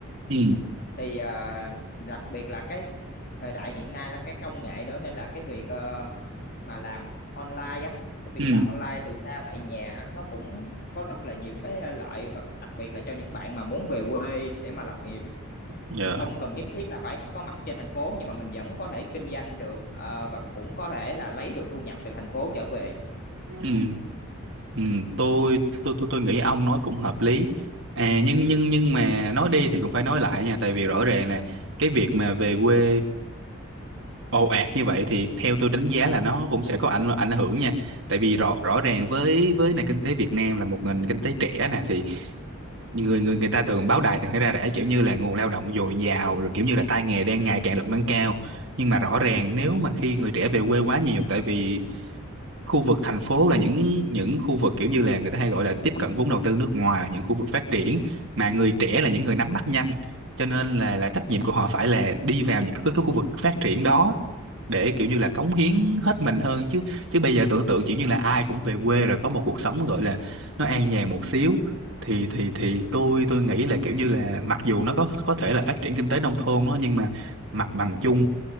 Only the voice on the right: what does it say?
ừ
ừ
dạ.
ừ ừ tôi tôi tôi tôi nghĩ ông nói cũng hợp lý à nhưng nhưng nhưng mà nói đi thì cũng phải nói lại nha tại vì rõ ràng nè cái việc mà về quê ồ ạt như vậy thì theo tôi đánh giá là nó cũng sẽ có ảnh ảnh hưởng nha tại vì rõ rõ ràng với với nền kinh tế Việt Nam là một nền kinh tế trẻ nè thì người người người ta thường báo đài thường thấy ra rẻ kiểu như là nguồn lao động dồi dào rồi kiểu như là tay nghề đang ngày càng được nâng cao nhưng mà rõ ràng nếu mà khi người trẻ về quê quá nhiều tại vì khu vực thành phố là những những khu vực kiểu như là người ta hay gọi là tiếp cận vốn đầu tư nước ngoài là những khu vực phát triển mà người trẻ là những người nắm bắt nhanh cho nên là là trách nhiệm của họ phải là đi vào những cái, cái khu vực phát triển đó để kiểu như là cống hiến hết mình hơn chứ chứ bây giờ tưởng tượng kiểu như là ai cũng về quê rồi có một cuộc sống gọi là nó an nhàn một xíu thì thì thì tôi tôi nghĩ là kiểu như là mặc dù nó có có thể là phát triển kinh tế nông thôn đó, nhưng mà mặt bằng chung